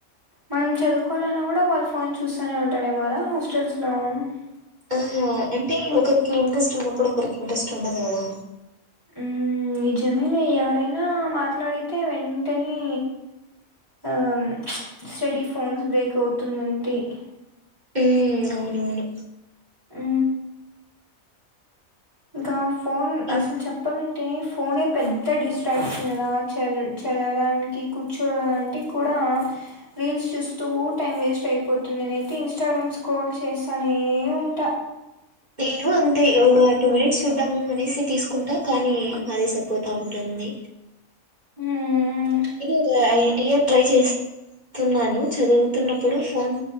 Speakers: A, on the right (about 15°); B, on the right (about 30°).
A: మనం చదువుకోవాలన్నా కూడ వాళ్ళు ఫోన్ చూస్తూనే ఉంటారేమో కదా <unintelligible>
B: ఆ అంటే ఒకరికి ఇంట్రెస్ట్ ఉన్నప్పుడు ఒకరికి ఇంట్రెస్ట్ ఉండదు కదా
A: ఉ నిజమేలే ఎవరైన మాట్లాడితే వెంటనే ఆ స్టడీ ఫోన్స్ బ్రేక్ అవుతుంది <unintelligible>
B: హ్మ్ అవునవును
A: ఊ ఇంకా ఫోన్
B: ఇం
A: అసలు చెప్ప అంటే ఫోనే పెద్ద డిస్ట్రాక్షన్ కదా చదవడానికి కూర్చోడానికి కూడ ఆ రీల్స్ చూస్తూ టైమ్ వేస్ట్ అయిపోతుంది నేనయితే ఇన్స్టాగ్రామ్ స్క్రోల్ చేస్తా నే ఉంట
B: నేను అంతే ఒక టూ మినిట్స్ చూద్దాము అనేసి తీసుకుంటా కానీ అదే సరిపోతా ఉ నేను
A: ఉమ్
B: ఒక ఐడియ ట్రై చేస్ తున్నాను చదువుతున్నప్పుడు ఫోన్